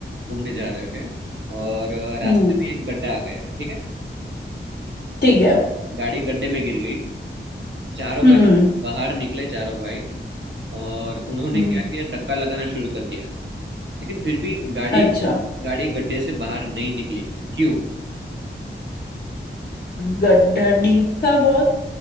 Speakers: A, on the right; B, on the left.
A: घूमने जा रहे थे और अ, रास्ते
B: हम्म
A: में एक गड्ढा आ गया ठीक है
B: ठीक है
A: गाड़ी गड्ढे में गिर गई चारों
B: हम्म
A: भाई बाहर निकले चारों भाई और उन्होंने
B: हम्म
A: क्या किया धक्का लगाना शुरू कर दिया लेकिन फिर भी गाड़ी
B: अच्छा
A: गाड़ी गड्ढे से बाहर नहीं निकली क्यों
B: गड्ढा डीप था बहुत